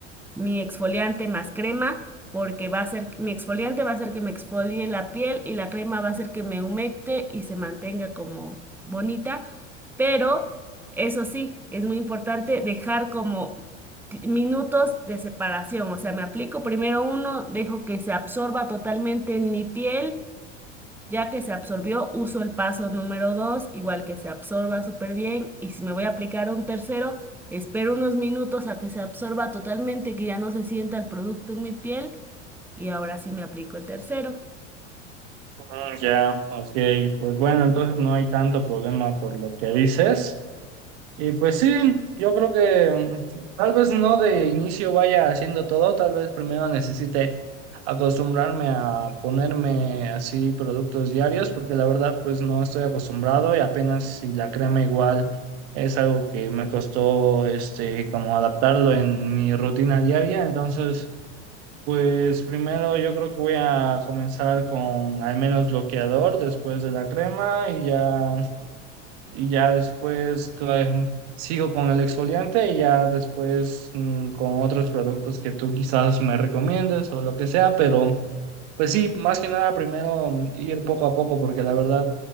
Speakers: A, in the centre; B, on the right (about 60°).
A: mi exfoliante más crema, porque va a ser, mi exfoliante va a hacer que me exfolie la piel y la crema va a hacer que me humecte y se mantenga como bonita, pero eso sí, es muy importante dejar como ti- minutos de separación, o sea, me aplico primero uno, dejo que se absorba totalmente en mi piel ya que se absorbió, uso el paso número 2, igual que se absorba súper bien. Y si me voy a aplicar un tercero, espero unos minutos a que se absorba totalmente, que ya no se sienta el producto en mi piel. Y ahora sí me aplico el tercero.
B: Mm, ya, ok, pues bueno, entonces no hay tanto problema por lo que dices. Y pues sí, yo creo que mm, tal vez no de inicio vaya haciendo todo, tal vez primero necesite acostumbrarme a ponerme así productos diarios, porque la verdad pues no estoy acostumbrado y apenas si la crema igual es algo que me costó este como adaptarlo en mi rutina diaria, entonces pues primero yo creo que voy a comenzar con al menos bloqueador después de la crema y ya y ya después cla- sigo con el exfoliante y ya después mm, con otros productos que tú quizás me recomiendes o lo que sea, pero pues sí, más que nada primero mm, ir poco a poco porque la verdad